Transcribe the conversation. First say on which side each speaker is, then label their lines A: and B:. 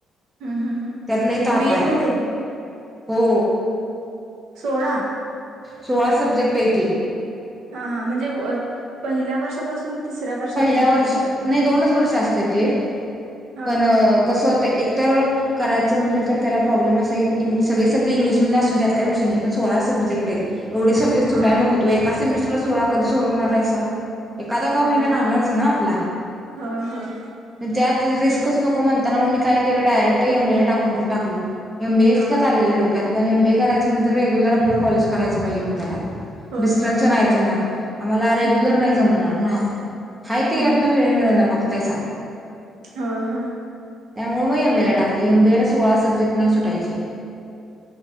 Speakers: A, on the right; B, on the right.
A: हम्म हम्म हम्
B: त्यात लय ताप
A: बीए
B: आहे
A: मध्ये
B: हो
A: सोळा
B: सोळा सब्जेक्ट आहे त
A: हा हा म्हणजे पहिल्या वर्षापासून तिसऱ्या वर्षापर्यंत
B: पहिल्या वर्ष
A: ना
B: नाही दोनच वर्ष असते ते
A: हा
B: पण
A: हा
B: कसं होत एकतर करायचं म्हटलं तर त्याला प्रॉब्लेम असा की सगळे सब्जेट इंग्लिश मधलं असू द्यात पण सोळा सब्जेक्ट आहेत एवढे सब्जेक्ट सुटायला
A: हा हा
B: नकोत होय एका सेमिस्टरला सोळा कधी सोडवणार आहेसा एखादा का
A: होय
B: होईना
A: होय
B: राहणारच ना आपला
A: होय होय
B: पण त्यात रिस्कच नको म्हणताना मग मी काय केलं डायरेक्ट एमएला टाकून टाकलं एमबीएच
A: हा
B: चालू
A: हा हा
B: होतो डोक्यात पण एमबीए करायचं म्हणलं तर रेगुलर आपलं कॉलेज करायलाच पाहिजे मग त्याला
A: होय
B: डिस्टन्सच
A: होय
B: नाही चालणार आम्हाला रेग्युलर
A: हम्म
B: नाही जमणार ना हाय ते
A: हम्म
B: यातनं
A: हम्म
B: वेळ मिळना बघतायसा
A: होय ह
B: त्यामुळे मग एम ए ला टाकले एमबीएला सोळा सब्जेक्ट नाही सुटायचे